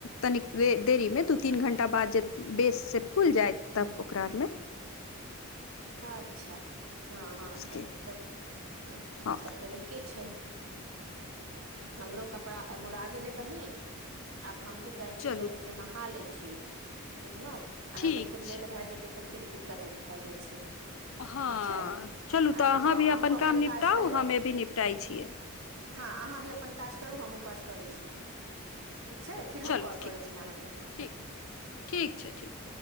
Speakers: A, on the left; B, on the right.
A: तनिक देरी में दू-तीन घण्टा बाद जेै। बेस से फूल जाय तब ओकरा आर में।
B: अच्छा, हँ हँ त
A: के
B: तब। आ
A: हँ
B: तब तऽ नीके छै। हमरो कपड़ा आ मोड़ा गेलै बहिन, आब हमहुँ जाइ
A: चलू
B: छी कनिक। के नहा ले छी, बुझलौं आ
A: ठीक
B: नहि तऽ फिर
A: छै
B: लेट भए जेबे तऽ फेर दिक्कत। भए जाइ छै।
A: हँ,
B: ठीक छै
A: चलू
B: हँ
A: तऽ अहाँ
B: जाउ
A: भी
B: अहूँ
A: अपन काम निपटाउ
B: काज करियौ
A: हमें भी निपटाइ छियै।
B: हँ अहाँ भी अपन काज करू, हमहूँ काज करै छी, ठीक छै फेर
A: चलू
B: हम कॉल
A: ठीक
B: करै छी अहाँके।
A: ठीक, ठीक छै ठीक।